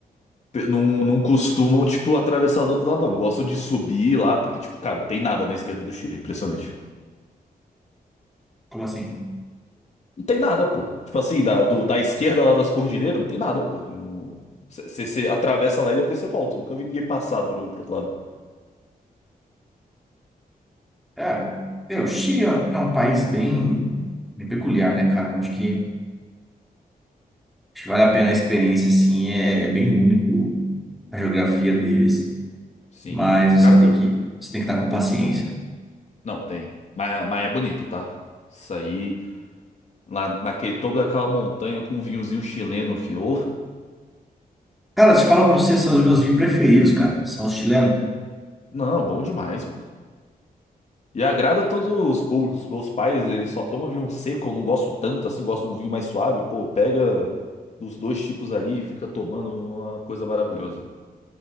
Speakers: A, on the left; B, in the centre.
A: pe- não, não costumam, tipo, atravessar do outro lado, não. Gostam de subir lá, porque, tipo, cara, não tem nada na esquerda do Chile. É impressionante.
B: como assim?
A: Não tem nada, pô. Tipo assim, da, do- da esquerda lá das cordilheiras, não tem nada, pô. Você atravessa lá e depois você volta. Eu nunca vi ninguém passar pro, pro outro lado.
B: É, meu, o Chile é um é um país bem, bem peculiar, né, cara? Eu acho que, acho que vale a pena a experiência, assim, é é bem único a geografia deles,
A: Sim,
B: mas
A: os
B: você
A: caras.
B: tem
A: o-
B: que, você tem que estar com paciência.
A: o- não, tem. Mas, mas é bonito, tá? Isso aí, lá naquele topo daquela montanha com um vinhozinho chileno, fio.
B: Cara, se fala pra você, são os meus vinhos preferidos, cara. São os chilenos.
A: Não, bom demais, pô. E agrada todos os públicos. Meus pais, eles só tomam vinho seco, eu não gosto tanto assim, gosto de um vinho mais suave. Pô, pega dos dois tipos ali e fica tomando uma coisa maravilhosa.